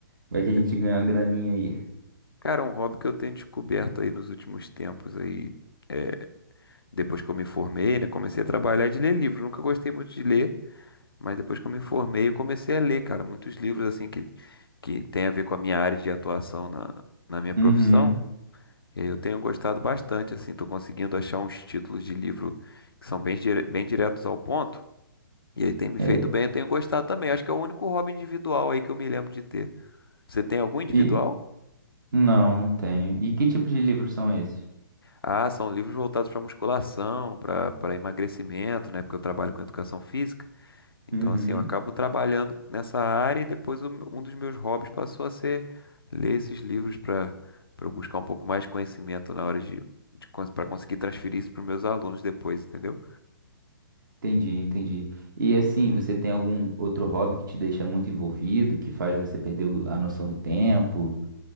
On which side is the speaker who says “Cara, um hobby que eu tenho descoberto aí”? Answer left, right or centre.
Left